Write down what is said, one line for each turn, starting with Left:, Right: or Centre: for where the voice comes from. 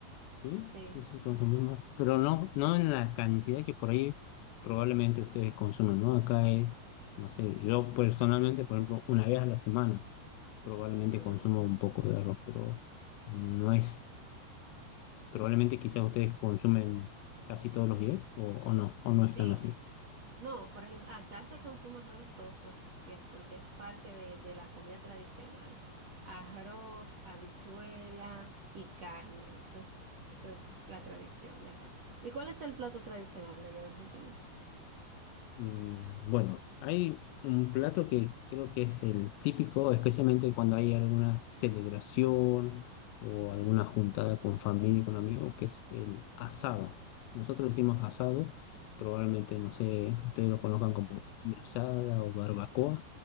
Left: Sí,
Right: Sí,
Left: sí, sí, consumimos, pero no, no en la cantidad que por ahí probablemente ustedes consumen, ¿no? Acá es, no sé, yo personalmente, por ejemplo, una vez a la semana probablemente
Right: no.
Left: consumo un poco de arroz, pero no es, probablemente quizás ustedes consumen casi todos los días o, o no, o no están
Right: Sí,
Left: así.
Right: no, por ejemplo, acá se consume arroz todos los días porque es parte de, de la comida tradicional. Arroz, habichuela y carne, eso es, eso es la tradición de acá. ¿Y cuál es el plato tradicional de allá de Argentina?
Left: Y bueno, hay un plato que creo que es el típico, especialmente cuando hay alguna celebración o alguna juntada con familia y con amigos, que es el asado. Nosotros le decimos asado, probablemente, no sé, ustedes lo conozcan como carne asada o barbacoa,